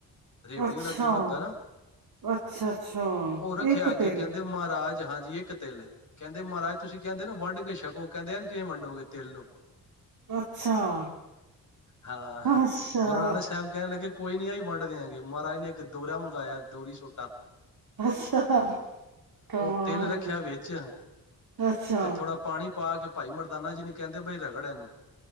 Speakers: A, on the left (about 45°); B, on the right (about 55°).
A: ਰੇਵੜੀ
B: ਅੱਛਾ-ਅੱਛਾ-ਅੱਛਾ-ਇੱਕ
A: ਵਾਲਾ ਤਿਲ ਹੁੰਦਾ ਨਾ ਉਹ ਰੱਖਿਆ ਅੱਗੇ
B: ਦਿਨ,
A: ਕਹਿੰਦੇ ਮਹਾਰਾਜ ਹਾਂਜੀ ਇੱਕ ਤਿਲ ਕਹਿੰਦੇ ਮਹਾਰਾਜ ਤੁਸੀਂ ਕਹਿੰਦੇ ਨਾ ਵੰਡ ਕੇ ਛਕੋ। ਕਹਿੰਦੇ ਹਨ ਕਿਵੇਂ ਵੰਡੋਗੇ ਤਿਲ ਨੂੰ
B: ਅੱਛਾ।
A: ਹਾਂ
B: ਅੱਛਾ,
A: ਗੁਰੂ ਨਾਨਕ ਸਾਹਿਬ ਕਹਿਣ ਲੱਗੇ। ਕੋਈ ਨੀ ਆਈ ਵੰਡ ਦਿਆਂਗੇ ਮਹਾਰਾਜ ਨੇ ਇੱਕ ਦੋਹਰਾ ਮੰਗਇਆ ਦੋਹਰੀ ਸੋਟਾ।
B: ਅੱਛਾ ਕਮਾਲ
A: ਉਹ ਤਿਲ ਰੱਖਿਆ
B: ਏ।
A: ਵਿੱਚ
B: ਅੱਛਾ,
A: ਤੇ ਥੋੜਾ ਪਾਣੀ ਪਾ ਕੇ ਭਾਈ ਮਰਦਾਨਾ ਜੀ ਨੀ ਕਹਿੰਦੇ ਬਾਈ ਰਗੜ ਇਹਨੂੰ।